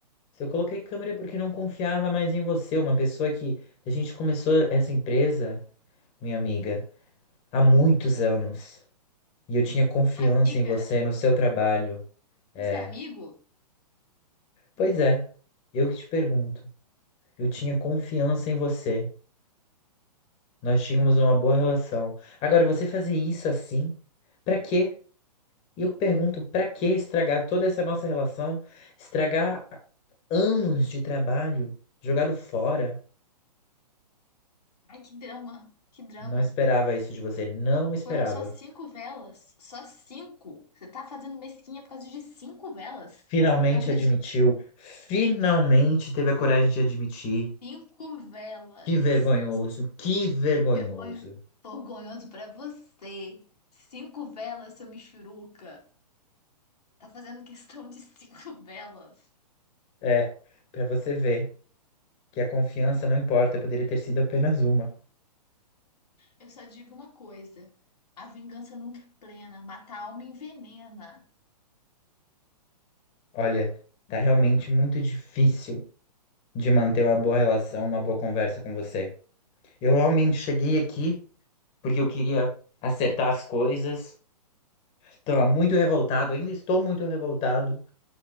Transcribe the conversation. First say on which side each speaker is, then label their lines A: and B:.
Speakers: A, on the left; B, on the left.
A: Se eu coloquei câmera é porque não confiava mais em você, uma pessoa que a gente começou essa empresa, minha amiga, há muitos anos. E eu tinha confiança
B: Amiga,
A: em você, no seu trabalho. É.
B: isso é amigo?
A: Pois é, eu que te pergunto. Eu tinha confiança em você. Nós tínhamos uma boa relação. Agora, você fazer isso assim? Pra quê? E eu pergunto, pra que estragar toda essa nossa relação? Estragar anos de trabalho jogado fora?
B: Ai, que drama, que drama.
A: Não esperava isso de você, não esperava.
B: Foram só cinco velas. Só cinco. Você tá fazendo mesquinha por causa de cinco velas?
A: Finalmente
B: Não acredito.
A: admitiu, finalmente teve a coragem de admitir.
B: Cinco velas.
A: Que vergonhoso, que vergonhoso.
B: Vergonha. Vergonhoso pra você. Cinco velas, seu michuruca. Tá fazendo questão de cinco <laughs> velas.
A: É, pra você ver que a confiança não importa, poderia ter sido apenas uma.
B: Eu só digo uma coisa. A vingança nunca é plena. Matar a alma envenena.
A: Olha, tá realmente muito difícil de manter uma boa relação, uma boa conversa com você. Eu realmente cheguei aqui porque eu queria acertar as coisas. Estava muito revoltado, ainda estou muito revoltado.